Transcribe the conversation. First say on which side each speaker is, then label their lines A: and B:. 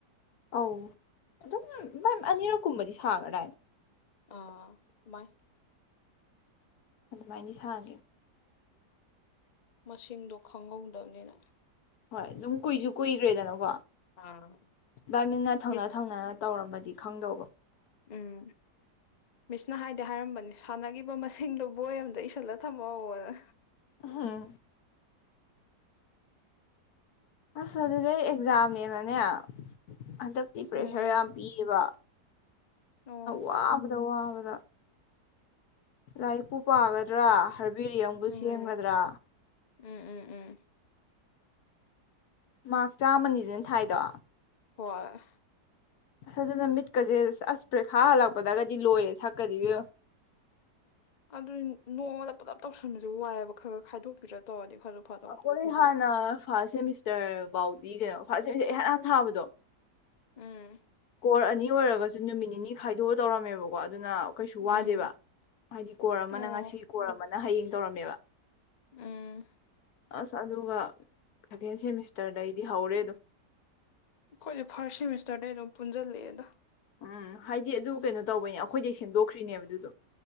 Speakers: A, on the left; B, on the left.
A: ꯑꯧ ꯑꯗꯨꯝ ꯑꯅꯤꯔꯛ ꯀꯨꯝꯕꯗꯤ ꯁꯥꯡꯒ꯭ꯔ ꯗꯥꯏꯅꯦ
B: ꯑꯥ ꯃꯥꯏ
A: ꯑꯗꯨꯃꯥꯏꯅ ꯁꯥꯒꯦ
B: ꯃꯁꯤꯡꯗꯣ ꯈꯪꯍꯧꯗꯕꯅꯤꯅ
A: ꯍꯣꯏ ꯑꯗꯨꯝ ꯀꯨꯏꯖꯨ ꯀꯨꯏꯈ꯭ꯔꯦꯗꯅꯀꯣ
B: ꯑꯥ
A: ꯕꯥꯏ ꯃꯤꯅ ꯊꯪꯅ
B: ꯃꯤꯁ
A: ꯊꯪꯅꯅ ꯇꯧꯔꯝꯃꯗꯤ ꯈꯪꯗꯧꯕ
B: ꯎꯝ ꯃꯤꯁꯅ ꯍꯥꯏꯗꯤ ꯍꯥꯏꯔꯝꯕꯅꯤ ꯁꯥꯟꯅꯒꯤꯕ ꯃꯁꯤꯡꯗꯣ ꯕꯣꯏ ꯑꯃꯗ ꯏꯁꯤꯜꯂ ꯊꯝꯍꯧꯅ
A: ꯍꯥꯥ ꯑꯁ ꯑꯗꯨꯗꯤꯩ ꯑꯦꯛꯖꯥꯝꯅꯦꯅꯅꯦ ꯍꯟꯗꯛꯇꯤ ꯄ꯭ꯔꯦꯁꯔ
B: ꯎꯝ
A: ꯌꯥꯝ ꯄꯤꯌꯦꯕ
B: ꯑꯣ
A: ꯋꯥꯕꯗ ꯋꯥꯕꯗ ꯂꯥꯏꯔꯤꯛꯄꯨ ꯄꯒꯗ꯭ꯔꯥ ꯍꯔꯕꯦꯔꯤꯌꯝ
B: ꯎꯝ
A: ꯁꯦꯝꯒꯗ꯭ꯔꯥ
B: ꯎꯝ ꯎꯝ ꯎꯝ
A: ꯃꯥꯥ꯭ꯔꯛ ꯆꯥꯃꯅꯤꯗꯅ ꯊꯥꯏꯗꯣ
B: ꯍꯣꯏ
A: ꯑꯁ ꯑꯗꯨꯅ ꯃꯤꯠꯀꯖꯦ ꯑꯁ ꯄ꯭ꯔꯦꯈꯥ ꯍꯜꯂꯛꯄꯗꯒꯗꯤ ꯂꯣꯏꯔꯦ ꯁꯛꯀꯗꯤ ꯏꯕꯦꯝꯃ
B: ꯑꯗꯨ ꯅꯣꯡꯃꯗ ꯄꯨꯂꯞ ꯇꯧꯁꯟꯕꯁꯨ ꯋꯥꯏꯑꯕ ꯈꯔ ꯈꯥꯏꯗꯣꯛꯄꯤꯔ꯭ꯔꯥ ꯇꯧꯔꯗꯤ ꯈꯔꯁꯨ ꯐꯗꯧꯕ
A: ꯑꯈꯣꯏ ꯍꯥꯟ ꯅ ꯐꯥꯁ ꯁꯦꯃꯤꯁꯇꯔ ꯕꯥꯎ ꯄꯤꯈꯔꯦ ꯐꯥꯁ ꯁꯦꯃꯤꯁꯇꯔ ꯑꯩꯍꯥꯟ ꯍꯥꯟꯅ ꯊꯥꯕꯗꯣ
B: ꯎꯝ
A: ꯀꯣꯔ ꯑꯅꯤ ꯑꯣꯏꯔꯒꯁꯨ ꯅꯨꯃꯤꯠ ꯅꯤꯅꯤ ꯈꯥꯏꯗꯣꯛꯑ ꯇꯧꯔꯝꯃꯦꯕꯀꯣ ꯑꯗꯨꯅ ꯀꯩꯁꯨ ꯋꯥꯗꯦꯕ
B: ꯎꯝ
A: ꯍꯥꯏꯗꯤ ꯀꯣꯔ ꯑꯃꯅ
B: ꯑꯣ
A: ꯉꯁꯤ ꯀꯣꯔ ꯑꯃꯅ ꯅ ꯍꯌꯦꯡ ꯇꯧꯔꯝꯃꯦꯕ
B: ꯎꯝ
A: ꯑꯁ ꯑꯗꯨꯒ ꯁꯦꯀꯦꯟ ꯁꯦꯃꯤꯁꯇꯔꯗꯩꯗꯤ ꯍꯧꯔꯦ ꯑꯗꯨꯝ
B: ꯑꯩꯈꯣꯏꯗꯤ ꯐꯥꯔꯁ ꯁꯦꯃꯤꯁꯇꯔꯗꯩ ꯑꯗꯨꯝ ꯄꯨꯟꯁꯤꯜꯂꯛꯑꯦꯗ
A: ꯎꯝ ꯍꯥꯏꯗꯤ ꯑꯗꯨ ꯀꯩꯅꯣ ꯇꯧꯕꯩꯅꯦ ꯑꯩꯈꯣꯏꯗꯩ ꯁꯦꯝꯗꯣꯛꯈ꯭ꯔꯤꯅꯦꯕ ꯑꯗꯨꯗꯣ